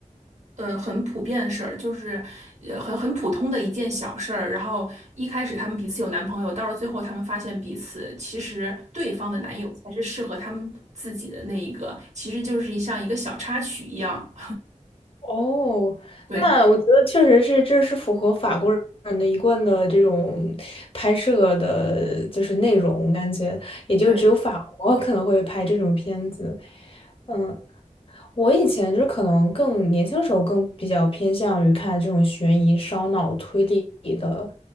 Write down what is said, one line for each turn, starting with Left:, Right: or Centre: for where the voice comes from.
Right: 呃，很普遍的事儿，就是呃很很普通的一件小事儿。然后一开始他们彼此有男朋友，到了最后他们发现彼此其实对方的男友才是适合他们自己的那一个，其实就是一像一个小插曲一样。
Left: 哦，
Right: 对
Left: 那我觉得确实是，这是符合法国人的一贯的这种拍摄的，就是内容，感觉也就只有法国可能会拍这种片子。
Right: 对，
Left: 嗯，我以前就可能更年轻的时候更比较偏向于看这种悬疑、烧脑、推理的